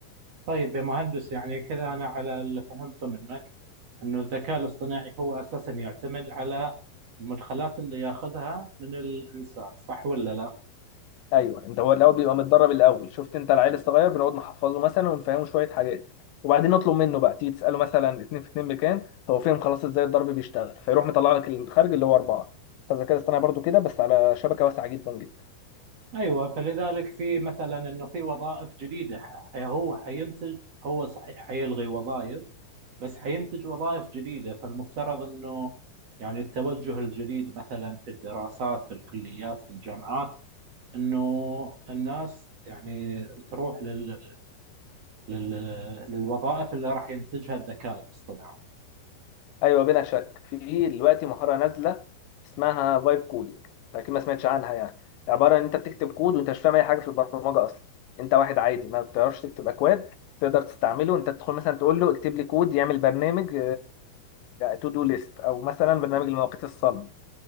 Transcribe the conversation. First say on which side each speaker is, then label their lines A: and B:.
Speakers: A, on the right; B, on the left.
A: طيب يا مهندس يعني كذا أنا على اللي فهمته منك إنه الذكاء الاصطناعي هو أساسا يعتمد على المدخلات اللي ياخذها من الإنسان صح ولا لا؟
B: ايوه انت هو الاول بيبقى متدرب الاول شفت انت العيل الصغير بنقعد نحفظه مثلا ونفهمه شويه حاجات وبعدين نطلب منه بقى تيجي تساله مثلا اتنين في اتنين مكان هو فهم خلاص ازاي الضرب بيشتغل فيروح مطلع لك الخارج اللي هو اربعه فالذكاء الاصطناعي برضو كده بس على شبكه واسعه جدا جدا
A: ايوه فلذلك في مثلا انه في وظائف جديده ح- هو حينتج هو صحيح حيلغي وظائف بس حينتج وظائف جديده فالمفترض انه يعني التوجه الجديد مثلا في الدراسات في الكليات في الجامعات انه الناس يعني تروح لل... لل... للوظائف اللي راح ينتجها الذكاء الاصطناعي
B: ايوه بلا شك في دلوقتي مهاره نازله اسمها فايب كودينج اكيد ما سمعتش عنها يعني عباره ان انت بتكتب كود وانت مش فاهم اي حاجه في البرمجه اصلا انت واحد عادي ما بتعرفش تكتب اكواد تقدر تستعمله انت تدخل مثلا تقول له اكتب لي كود يعمل برنامج تو دو ليست او مثلا برنامج المواقيت الصلب